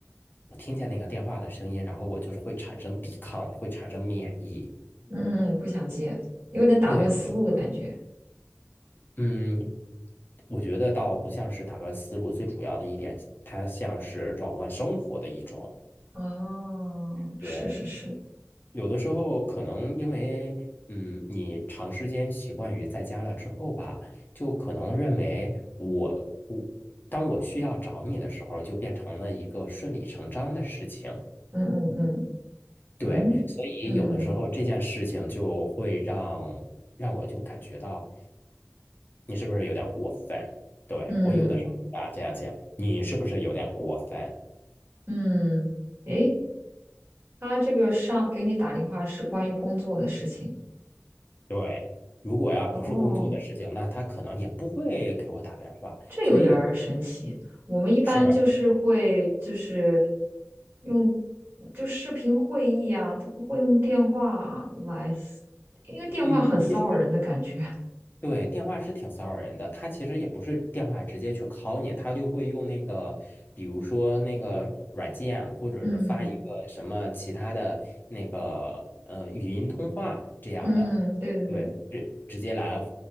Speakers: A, on the left (about 45°); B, on the right (about 45°).
A: 我听见那个电话的声音，然后我就是会产生抵抗，会产生免疫。
B: 嗯嗯，嗯不想接，有点打断思路的感觉。
A: 对，有嗯，我觉得倒不像是打断思路，最主要的一点，它像是扰乱生活的一种。
B: 哦，
A: 对。
B: 是是是，
A: 有的时候可能因为，嗯，你长时间习惯于在家了之后吧，就可能认为我我当我需要找你的时候，就变成了一个顺理成章的事情。
B: 嗯嗯嗯
A: 对，
B: 嗯嗯
A: 所以有的时候这件事情就会让让我就感觉到你是不是有点过分？对，
B: 嗯
A: 我有的时候啊这样想，你是不是有点过分？
B: 嗯，诶，他这个上给你打电话是关于工作的事情
A: 对，如果要不是工作的事情，
B: 哦，
A: 那他可能也不会给我打电话。
B: 这有点儿神奇。
A: 所以有。
B: 我们一般就是会就是
A: 是，
B: 用就视频会议啊，他不会用电话来，因为电话很骚扰人的感觉。
A: 嗯，其实
B: <laughs>
A: 对，电话是挺骚扰人的。他其实也不是电话直接去 call 你，他就会用那个，比如说那个软件，或者是发一个什么其他的那个呃语音通话这样的，
B: 嗯嗯，对对对，
A: 对，直直接来